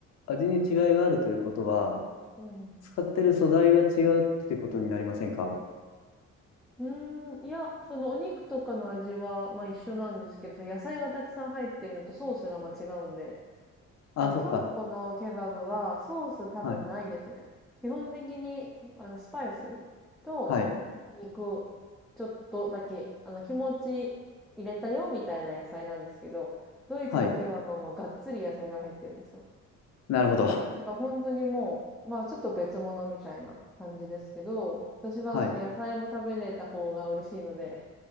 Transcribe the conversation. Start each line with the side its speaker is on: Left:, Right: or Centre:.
Left: 味に違いがあるということは、
Centre: うん
Left: 使ってる素材が違うってことになりませんか
Centre: うん。うーん、いや、そのお肉とかの味は、まあ一緒なんですけど、その野菜がたくさん入ってるのとソースがまあ違うんで、
Left: あ、
Centre: あの、
Left: そっか。
Centre: トルコのケバブはソース多分ないですね。
Left: はい。
Centre: 基本的に、あの、スパイスと肉、
Left: はい。
Centre: ちょっとだけ、あの、気持ち入れたよみたいな野菜なんですけど、ドイツのケバブはもうがっつり野菜が入ってるんですよ。
Left: はい。なるほど。
Centre: なんか本当にもう、まあちょっと別物みたいな感じですけど、私はその野菜も食べれた方が嬉しいので、
Left: はい。